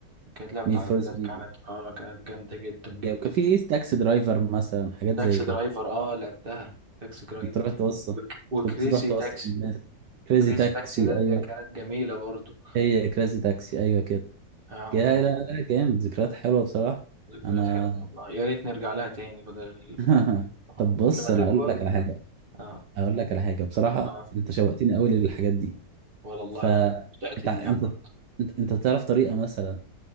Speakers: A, on the right; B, on the right.
A: كانت لعبة
B: نيد
A: عربيات
B: فور سبيد
A: كانت اه كانت جامدة جدا جدا
B: يبقى في تاكسي درايفر مثلا حاجات
A: تاكسي
B: زي كده
A: درايفر اه لعبتها تاكسي درايفر
B: كنت تروح توصل
A: وك- وكريزي
B: كنت تروح توصل
A: تاكسي
B: الناس كريزي
A: كريزي
B: تاكسي
A: تاكسي ده
B: ايوه
A: ده كانت جميلة برضو
B: هي كريزي تاكسي ايوه كده
A: اه
B: جاي
A: اه
B: لا لا جامد ذكريات حلوه بصراحه
A: ذكريات
B: انا
A: حلوة والله يا ريت نرجع لها تاني بدل ال-
B: <laughs>
A: آه.
B: طب بص
A: كل ما
B: انا
A: تكبر
B: اقول لك على حاجه
A: اه
B: اقول لك على حاجه بصراحه
A: اه
B: انت شوقتني قوي للحاجات دي
A: والله
B: ف انت
A: وانا بدأت اياها
B: انت انت انت تعرف طريقه مثلا